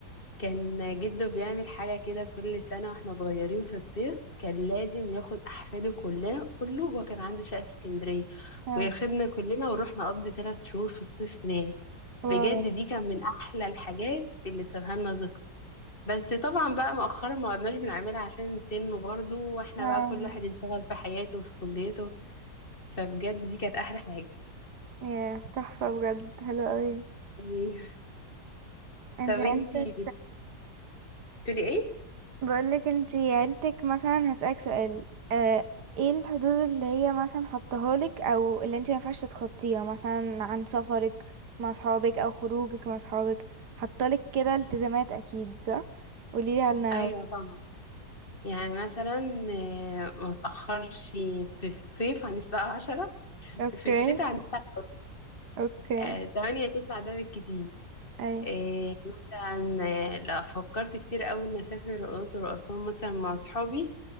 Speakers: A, on the left; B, on the right.
A: كان جده بيعمل حاجة كده كل سنة واحنا صغيرين في الصيف كان لازم ياخد أحفاده كلها كله هو كان عنده شقة في اسكندرية
B: اه
A: وياخدنا كلنا ونروح نقضي ثلاث شهور في الصيف هناك
B: واو
A: بجد دي كان من أحلى الحاجات اللي سابها لنا ذكر بس طبعا بقى مؤخرا ما عدناش بنعملها عشان سنه برضه واحنا
B: اه
A: بقى كل واحد انشغل في حياته وفي كليته فبجد دي كانت أحلى حاجة
B: يا تحفة بجد حلوة اوي
A: <laughs> إيه.
B: انتي
A: طب انتي
B: عيلتك
A: بت بتقولي ايه؟
B: بقولك انتي عيلتك مثلا هسألك سؤال اه ايه الحدود اللي هي مثلا حطها لك او اللي انتي مينفعش تخطيها مثلا عن سفرك مع صحابك او خروجك مع صحابك حطالك كده التزامات اكيد صح قوليلي عنها
A: ايوه
B: بقى.
A: طبعا يعني مثلا آه، ما تأخرش في الصيف عن الساعة عشرة
B: اوكي
A: في الشتاء عن الساعة
B: اوكي
A: آه، تمانية تسعة ده بالكتير
B: اي
A: آه، مثلا آه، لا فكرت كتير قوي إن أسافر الأقصر وأسوان مثلا مع أصحابي